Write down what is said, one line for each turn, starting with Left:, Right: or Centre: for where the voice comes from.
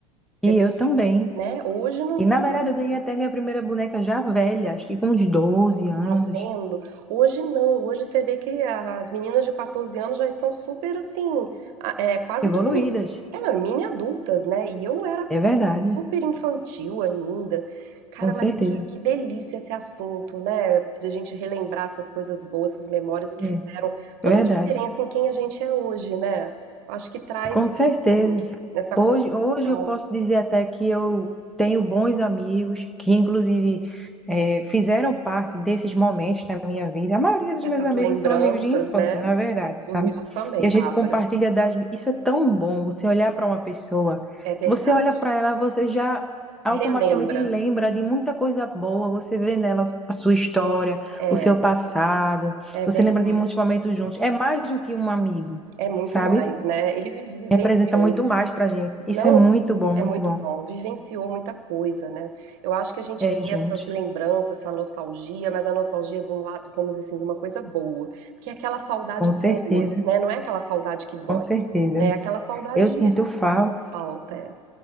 Right: Você
Centre: E
Right: vê,
Centre: eu também.
Right: né? Hoje não
Centre: E
Right: tem
Centre: na verdade
Right: isso.
Centre: eu ganhei até minha primeira boneca já velha, acho que com uns doze anos.
Right: Tá vendo? Hoje não, hoje você vê que as meninas de 14 anos já estão super assim, a- é, quase
Centre: Evoluídas.
Right: que mini, é, mini adultas, né? E eu era
Centre: É verdade,
Right: super infantil ainda. Cara,
Centre: com certeza.
Right: mas que, que delícia esse assunto, né? De a gente relembrar essas coisas boas, essas memórias que
Centre: É
Right: fizeram toda
Centre: é verdade.
Right: a diferença em quem a gente é hoje, né? Eu acho que traz
Centre: Com certeza.
Right: isso, nessa
Centre: Hoje,
Right: construção,
Centre: hoje eu posso dizer até que eu tenho bons amigos que, inclusive, eh, fizeram parte desses momentos na minha vida. A maioria dos
Right: essas
Centre: meus amigos
Right: lembranças,
Centre: são amigos de infância,
Right: né?
Centre: na verdade, sabe?
Right: Os meus também,
Centre: E a gente
Right: Bárbara,
Centre: compartilha das. Isso é tão bom, você olhar para uma pessoa,
Right: é verdade.
Centre: você olha para ela, você já automaticamente
Right: Relembra.
Centre: lembra de muita coisa boa, você vê nela a sua história,
Right: É,
Centre: o seu passado,
Right: é
Centre: você
Right: verdade.
Centre: lembra de muitos momentos juntos. É mais do que um amigo,
Right: É muito
Centre: sabe?
Right: mais, né? Ele vive- vivenciou,
Centre: Representa muito mais pra gente. Isso
Right: não
Centre: é muito bom,
Right: é
Centre: muito
Right: muito
Centre: bom.
Right: bom, vivenciou muita coisa, né? Eu acho que a gente
Centre: É,
Right: tem
Centre: juntos.
Right: essas lembranças, essa nostalgia, mas a nostalgia de um lado, vamos dizer assim, de uma coisa boa, porque é aquela saudade
Centre: Com certeza,
Right: boa, né? Não é aquela saudade que dói,
Centre: com certeza.
Right: né? É aquela saudade
Centre: Eu sinto
Right: de
Centre: falta.
Right: falta, é.